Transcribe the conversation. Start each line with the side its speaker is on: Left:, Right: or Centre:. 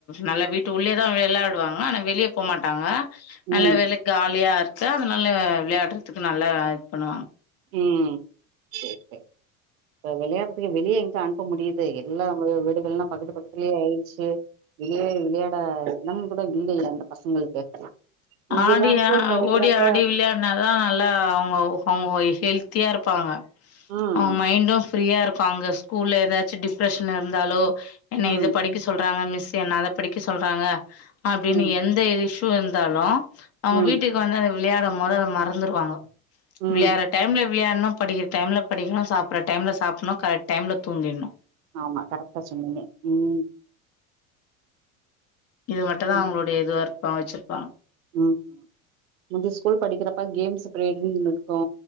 Left: நல்ல வீட்டு உள்ளேயே தான் விளாடுவாங்க ஆனால் வெளியே போமாட்டாங்க நல்லவேல
Right: ம்
Left: காலியா இருக்கு தே நல்லா விளையாடுறதுக்கு நல்லா ஏட் பண்ணுவாங்க
Right: உம் சரி சரி இப்ப விளையாடறதுக்கு வெளிய எங்க அனுப்ப முடியுது எல்லா வீடுகள் எல்லாம் பக்கத்து பக்கத்துலயே ஆயிடுச்சு வெளியே விளையாட இடம் கூட இல்லையே அந்த பசங்களுக்கு முந்தியெல்லா
Left: ஆடி
Right: ஸ்கூல் படிக்கிறப்ப
Left: ஓடி ஆடி விளையாடினாதான் நல்லா அவங்க அவங்க வயசு ஹெல்த்தியா இருப்பாங்க
Right: ம்
Left: அவுங் மைண்டும் ஃப்ரீயா இருக்கு அங்க ஸ்கூல்ல ஏதாச்சும் டிப்ரெஷன் இருந்தாலோ என்னை
Right: ம்
Left: இதை படிக்க சொல்றாங்க மிஸ் என்னெ அதை படிக்க சொல்றாங்க அப்படின்னு
Right: ம்
Left: எந்த வி இருந்தாலும் அவங்க
Right: ம்
Left: வீட்டுக்கு வந்து அத விளையாடும் போது அதை மறந்துருவாங்க
Right: ம்
Left: விளையாடுற டைம்ல விளையாடணு படிக்கிற டைம்ல படிக்கணு சாப்பிடற டைம்ல சாப்பிடணு கரெக்ட் டைம்ல தூங்கிடணு
Right: ஆமா கரெக்டா சொன்னிங்க ம்
Left: இது மட்டுந்தா
Right: ம்
Left: அவங்களுடைய இதுவா ப்பா வெச்சிருப்பாங்க
Right: ம் ஹு முந்தி ஸ்கூல் படிக்கிறப்ப கேம்ஸ் பிரேக்கிங்னு இருக்கு